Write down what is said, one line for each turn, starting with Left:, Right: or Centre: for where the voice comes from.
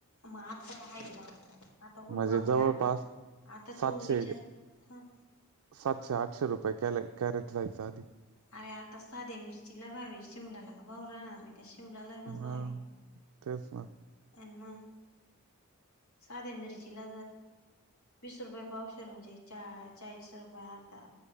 Left: मात है बा आता उडबा
Right: म्हणजे जवळपास
Left: मी आ आता
Right: सातशे
Left: तू विचार ह
Right: सातशे आठशे रुपये कॅ कॅरेट जायचं आधी
Left: अरे आता साधे मिरची ला भा्हावे शिमलाला का भाऊ राहणार नाही का शिमलाला ने
Right: हा
Left: भा्हावे
Right: तेच ना
Left: ऐने साध्या मिरीचला वीस रुपये पावशर म्हणजे चा चाळीस रुपये अर्धा